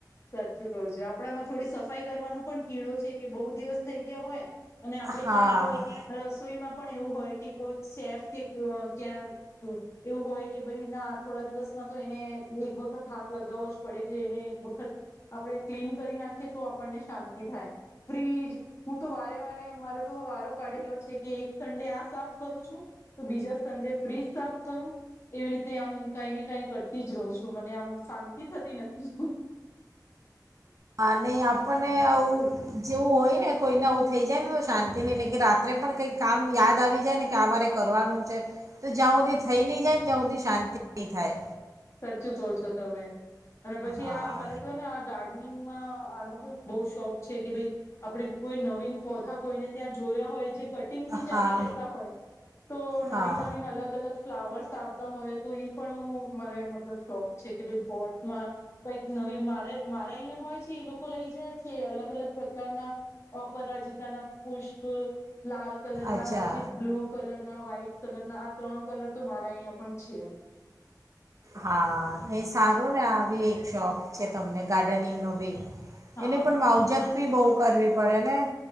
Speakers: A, on the left; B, on the right.
A: સાચું કહું છે. આપડામાં થોડી સફાઈ કરવાનો પણ કીડો છે કે બહુ દિવસ થઈ ગયા હોય અને આપડે
B: હા
A: ક્યાંક અહ રસોઈમાં પણ એવું હોય કે કો સેફ કે ક્યાં એવું હોય કે ભાઈ ના થોડા દિવસમાં તો એને એક વખત હાથ લગાવવો જ પડે, કે એને એક વખત આપડે ક્લીન કરી નાખીએ તો આપણને શાંતિ થાય ફ્રીજ હું તો વારે વારે અમારો તો વારો પડેલો છે, કે એક સન્ડે આ સાફ કરું છું, તો બીજા સન્ડે ફ્રીજ સાફ કરું, એવી રીતે આમ કઈ ને કઈ કરતી જ રહું છું મને આમ શાંતિ થતી નથી.
B: હા, નઈ આપને આવું જેવું હોય ને કોઈને આવવું થઈ જાય ને તો શાંતિ નહી લે, કે રાત્રે પણ કંઈ કામ યાદ આવી જાય ને કે અમારે કરવાનું છે, તો જ્યાં હુંધી થઈ ની જાય ને ત્યાં સુધી શાંતિ ની થાય.
A: સાચું કહો છો, તમે અને પછી
B: હા
A: આ મારે તો ને આ ગાર્ડનિંગમાં આનો બી બઉ શોખ છે, કે ભાઈ આપડે કોઈ નવીન પધા કોઈને ત્યાં જોયા હોય જે કટિંગથી
B: હા
A: ચાલી રહેતા હોય, તો નવીન
B: હા
A: નવીન અલગ અલગ ફ્લાવર્સ. ચાલતા હોય તો ઈ પણ હું મને મતલબ શોખ છે કે ભાઈ પોટમાં કઈક નવી, મારે મારે અહીં હોય છે એ લોકો લઈ જાય છે અલગ અલગ પ્રકારના અપરાજતા ના પુષ્પ લાલ કલર
B: અચ્છા
A: ના પછી બ્લુ કલર ના વ્હાઈટ કલર ના, આ ત્રણ કલર તો મારા અહિયાં પણ છે.
B: હા, એ સારું ને આ બી એક શોખ છે તમને, ગાર્ડનિંગ નો બી.
A: હા
B: એની પણ માવજત બી બોવ કરવી પડે ને